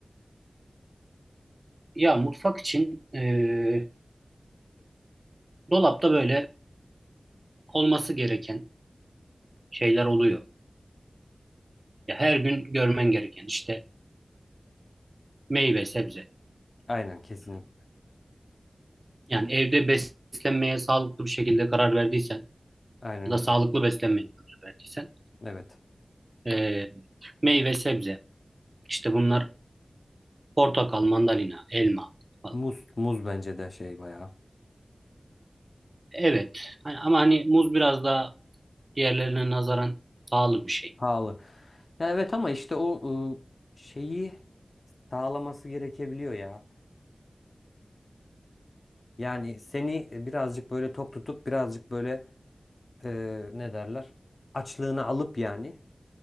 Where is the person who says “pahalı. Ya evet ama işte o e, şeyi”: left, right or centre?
Left